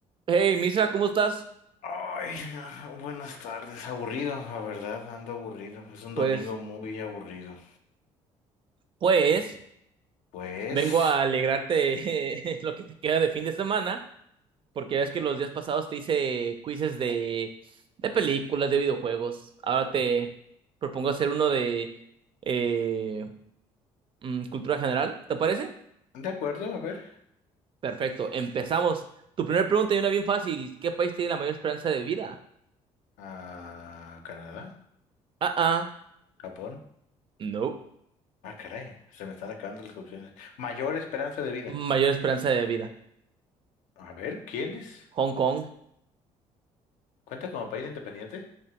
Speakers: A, on the right; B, on the left.
A: Hey, Misa, ¿cómo estás?
B: Ay, <laughs> <sighs> buenas tardes. Aburrido, la verdad, ando aburrido. Es un
A: Pues,
B: domingo muy aburrido.
A: pues,
B: Pues,
A: vengo a alegrarte <laughs> eh, lo que te queda de fin de semana, porque ya ves que los días pasados te hice quizzes de, de películas, de videojuegos. Ahora te propongo hacer uno de eh, mm, cultura general, ¿te parece?
B: de acuerdo, a ver.
A: Perfecto, empezamos. Tu primera pregunta y una bien fácil. ¿Qué país tiene la mayor esperanza de vida?
B: A Canadá,
A: Ah, ah,
B: Japón.
A: no.
B: Ah, caray, se me están acabando las opciones. Mayor esperanza de vida.
A: Mayor esperanza de vida.
B: A ver, ¿quién es?
A: ¿Hong Kong?
B: ¿Cuenta como país independiente?